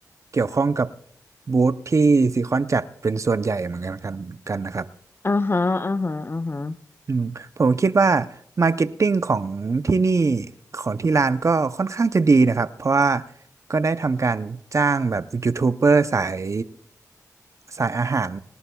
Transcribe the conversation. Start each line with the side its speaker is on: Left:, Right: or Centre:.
Right: เกี่ยวข้องกับบูธที่ซีคอนจัดเป็นส่วนใหญ่เหมือนกันกันกันนะครับ
Left: อ่าฮะอ่าฮะอ่าฮะ
Right: อืมผมคิดว่ามาร์เก็ตติ้งของที่นี่ของที่ร้านก็ค่อนข้างจะดีนะครับเพราะว่าก็ได้ทำการจ้างแบบยูทูบเบอร์สายสายอาหาร